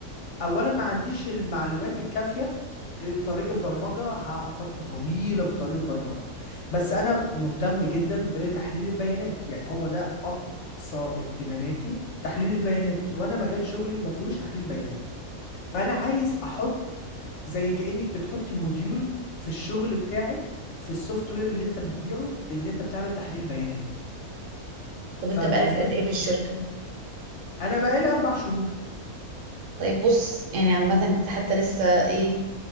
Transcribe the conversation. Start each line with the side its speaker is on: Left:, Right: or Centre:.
Left: اولا ما عنديش المعلومات الكافية آه، طريق البرمجة هقعد فترة طويلة في طريق البرمجة بس انا مهتم جدا بتحليل البيانات يعني هو ده اقصى اهتماماتي تحليل البيانات وانا مجال شغلي ما فيهوش تحليل بيانات فانا عايز احط زي كأنك بتحطي موديول في الشغل بتاعك في السوفت وير اللي انت بتبيعه ان انت بتعمل تحليل بيانات
Right: طب
Left: فاهم
Right: انت بقالك
Left: قصدي
Right: قد ايه في الشركه
Left: انا بقالي اربع شهور
Right: طيب بص يعني عامة حتى لسه ايه